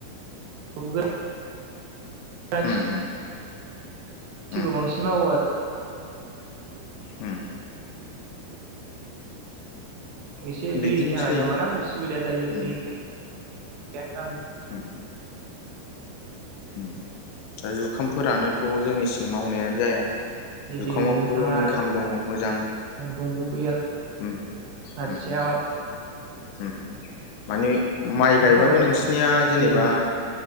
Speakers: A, on the right (about 75°); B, on the left (about 80°).
A: <unintelligible> <unintelligible>
B: उम उम
A: थिखौ
B: उम
A: बांसिन मावो आरो।
B: उम।
A: एसे
B: बिदिनोसै
A: दैनि थाखाय माबाना उसुबिदा जायो
B: उम
A: दै <unintelligible>
B: उम। उम जुखामफोरानोथ' जोंनिसिं मावनायानो जाया। जुखामावबोथ'
A: दै मोननो थाङा
B: इनकाम
A: आरो
B: दङ मोजां
A: दंग' गैया
B: उम
A: खाथियाव
B: उम।
A: ओ
B: उम। माने माइ
A: बिनि
B: गायबाबो
A: थाखायनो
B: नोंसिनिया
A: दैबो
B: जेनेबा